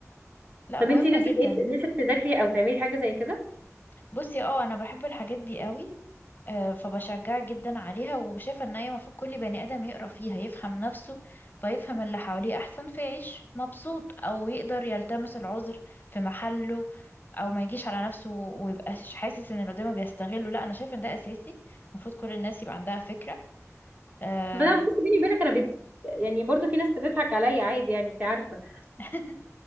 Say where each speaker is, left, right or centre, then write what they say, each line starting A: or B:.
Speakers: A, on the left; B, on the right.
A: لأ
B: طب
A: مهمة
B: انتي نفسك
A: جدا
B: ايه نفسك تذاكري او تعملي حاجه زي كده
A: بصي اه انا بحب الحاجات دي قوي آه، فبشجعك جدا عليها وشايفه ان هي المفروض كل بني ادم يقرا فيها يفهم نفسه فيفهم اللي حواليه احسن فيعيش مبسوط او يقدر يلتمس العذر في محله او ما يجيش على نفسه ويبقاش حاسس ان اللي قدامه بيستغله لا انا شايفه ان ده اساسي المفروض كل الناس يبقى عندها فكره آم،
B: بس أنا- بس بيني وبينك انا بت... يعني برضه في ناس بتضحك عليا عادي يعني انت عارفه
A: <laughs>